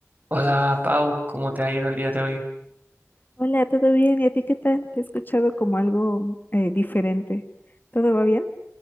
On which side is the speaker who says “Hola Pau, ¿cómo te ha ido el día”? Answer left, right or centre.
Right